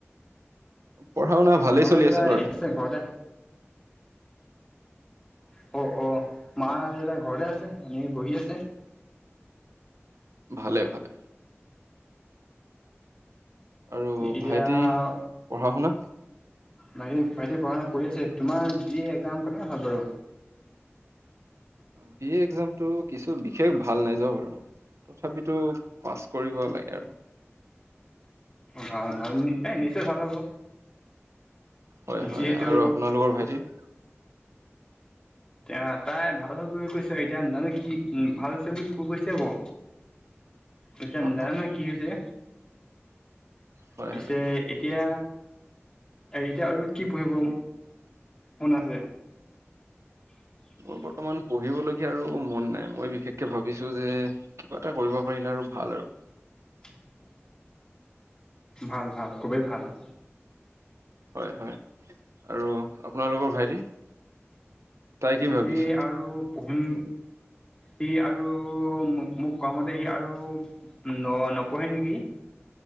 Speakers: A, on the right (about 85°); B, on the left (about 20°).
A: পঢ়া শুনা ভালেই
B: মা
A: চলি
B: দেউতা
A: আছে বাৰু
B: এনে ঘৰতে অ অ অ মা দেউতাই ঘৰে আছে এনেই বহি আছে
A: ভালে ভালে আৰু
B: এতিয়া
A: ভাইটি
B: আও
A: পঢ়া শুনা
B: ভাইট ভাইটি পঢ়া শুনা কৰি আছে তোমাৰ বি এ একজাম কেনেকোৱা হ'ল বাৰু?
A: বিএ একজামটো কিছু বিশেষ ভাল নাই যোৱা মোৰ। তথাপিতো পাছ কৰিব লাগে আৰু।
B: ভাল ভাল এই নিশ্চয় ভাল হ'ব।
A: হয় হয়
B: যিহেতু
A: আৰু আপোনালোকৰ ভাইটিৰ
B: এ তাই ভাল হল বুলি কৈছে এতিয়া জানো কি ভাল হৈছে বুলি ক কৈছে আকৌ। এতিয়া
A: অ
B: নাজানে
A: অ
B: কি হৈছে?
A: হয়
B: পিছে
A: হয়
B: এতিয়া এতিয়া আৰু কি পঢ়িব মন আছে? হয় <inaudible>
A: মোৰ বৰ্তমান পঢ়িবলগীয়া আৰু মন নাই মই বিশেষকে ভাবিছো যে কিবা এটা কৰিব পাৰিলে আৰু ভাল আৰু-
B: হয় ভাল ভাল খুবেই ভাল-
A: হয়-হয় আৰু আপোনালোকৰ ভাইটি? তাই কি ভাবিছে
B: সি আৰু পঢ়িম সি আৰু মো-মোক কোৱা মতে সি আৰু ন-নপঢ়ে নেকি?